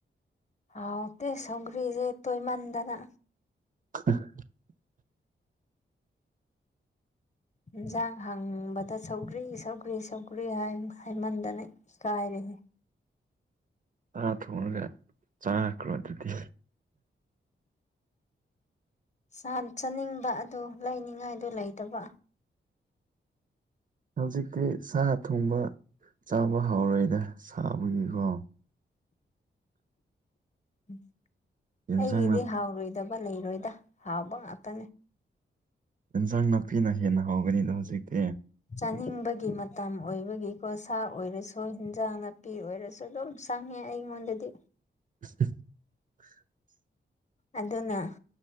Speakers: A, on the left (about 35°); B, on the right (about 40°).
A: ꯍꯥꯎꯇꯦ ꯁꯧꯒ꯭ꯔꯤꯁꯦ ꯇꯣꯏꯃꯟꯗꯅ
B: <unintelligible>
A: ꯍꯤꯟꯁꯥꯡ ꯍꯥꯡꯕꯗ ꯁꯧꯒ꯭ꯔꯤ ꯁꯧꯒ꯭ꯔꯤ ꯁꯧꯒ꯭ꯔꯤ ꯍꯥꯏ ꯍꯥꯏꯃꯟꯗꯅ ꯀꯥꯏꯔꯦꯍꯦ
B: ꯉꯥ ꯊꯣꯡꯔꯒ ꯆꯥꯈ꯭ꯔꯣ ꯑꯗꯨꯗꯤ
A: ꯁꯟ ꯆꯥꯅꯤꯡꯕ ꯑꯗꯣ ꯂꯩꯅꯤꯡꯉꯥꯏꯗꯨ ꯂꯩꯇꯕ
B: ꯍꯧꯖꯤꯛꯇꯤ ꯁꯥ ꯊꯣꯡꯕ ꯆꯥꯕ ꯍꯧꯔꯣꯏꯗ ꯁꯥꯕꯒꯤꯀꯣ
A: ꯎꯝ
B: ꯌꯦꯟꯁꯥꯡ
A: ꯑꯩꯒꯤꯗꯤ
B: ꯅꯥ
A: ꯍꯥꯎꯔꯣꯏꯗꯕ ꯂꯩꯔꯣꯏꯗ ꯍꯥꯎꯕ ꯉꯥꯛꯇꯅꯦ
B: ꯏꯟꯁꯥꯡ ꯅꯥꯄꯤꯅ ꯍꯦꯟꯅ ꯍꯧꯒꯅꯤꯗ ꯍꯧꯖꯤꯛꯇꯤ
A: ꯆꯥꯅꯤꯡꯕꯒꯤ ꯃꯇꯝ ꯑꯣꯏꯕꯒꯤꯀꯣ ꯁꯥ ꯑꯣꯏꯔꯁꯨ ꯍꯤꯟꯖꯥꯡ ꯅꯞ ꯄꯤ ꯑꯣꯏꯔꯁꯨ ꯑꯗꯨꯝ ꯆꯪꯉꯦ ꯑꯩꯉꯣꯟꯗꯗꯤ
B: <unintelligible>
A: ꯑꯗꯨꯅ